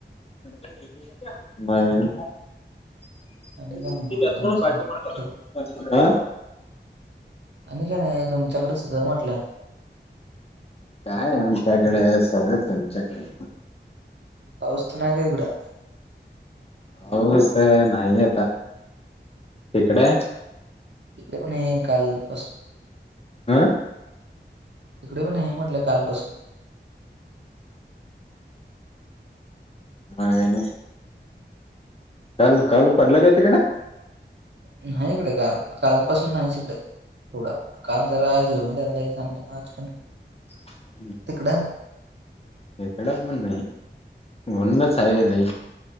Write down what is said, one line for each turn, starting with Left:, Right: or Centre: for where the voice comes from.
Left: <unintelligible> <unintelligible>
Right: आणि काय नाही बघा तुमच्याकडं सगळं.
Left: हा
Right: आणि काय नाही, तुमच्याकडंच सगळं म्हटलं.
Left: काय आमच्याकडे? सगळं तुमच्याकडे.
Right: पाऊसत नाही का हिकडं?
Left: पाऊस नाही आता. तिकडे?
Right: हितं पण हाय कालपस
Left: हा?
Right: इकडे पण नाही म्हटलं कालपासून.
Left: हाये ना काल काल पडला काय तिकडं?
Right: नाही इकडे काल, कालपासून नाहीच हिकडं. थोडा, काल जरा झिरमुट आलता चांगला आजपण
Left: <inaudible>
Right: तिकड
Left: <unintelligible> म्हणूनच हाय लई.